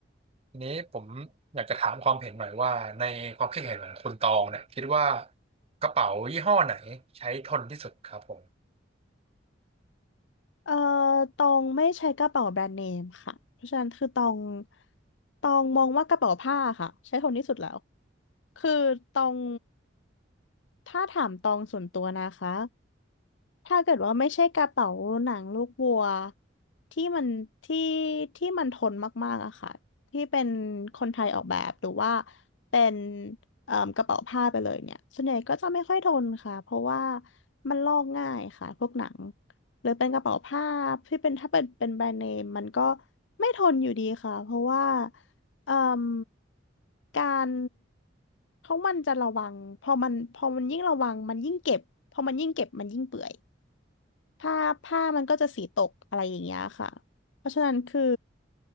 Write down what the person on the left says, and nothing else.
เอ่อตองไม่ใช้กระเป๋าแบรนด์เนมค่ะเพราะฉะนั้นคือตองตองมองว่ากระเป๋าผ้าค่ะใช้ทนที่สุดแล้วคือตองถ้าถามตองส่วนตัวนะคะ ถ้าเกิดว่าไม่ใช่กระเป๋าหนังลูกวัวที่มันที่ที่มันทนมากๆอะค่ะที่เป็นคนไทยออกแบบหรือว่าเป็นเอ่อกระเป๋าผ้าไปเลยเนี่ยส่วนใหญ่ก็จะไม่ค่อยทนค่ะเพราะว่ามันลอกง่ายค่ะพวกหนังหรือเป็นกระเป๋าผ้าที่เป็นถ้าเป็นเป็นแบรนด์เนมมันก็ไม่ทนอยู่ดีค่ะเพราะว่าเอ่มการเพราะมันจะระวังพอมันพอมันยิ่งระวังมันยิ่งเก็บพอมันยิ่งเก็บมันยิ่งเปื่อย ผ้าผ้ามันก็จะสีตกอะไรอย่างเงี้ยค่ะ เพราะฉะนั้นคือ